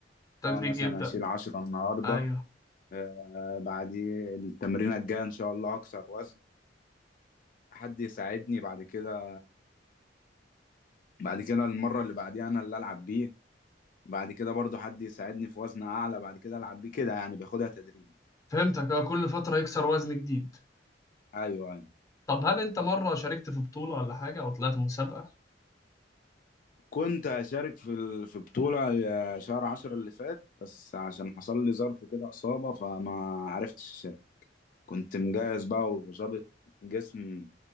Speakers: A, on the left (about 20°); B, on the left (about 50°).
A: التدريج
B: اه مثلا
A: يبدأ
B: اشيل 10 النهارده
A: ايوه
B: آه بعديه التمرينه الجايه ان شاء الله اكسر وزن حد يساعدني بعد كده بعد كده المره اللي بعديها انا اللي العب بيه بعد كده برضو حد يساعدني في وزن اعلى بعد كده العب بيه كده يعني بياخدها تدريجي
A: فهمتك اه كل فترة يكسر وزن جديد
B: ايوه ايوه
A: طب هل انت مرة شاركت في بطولة ولا حاجة او طلعت مسابقة
B: كنت اشارك في ال... في بطوله آه، شهر عشرة اللي فات بس عشان حصل لي ظرف كده اصابه فما عرفتش أشارك. كنت مجهز بقى وظابط جسم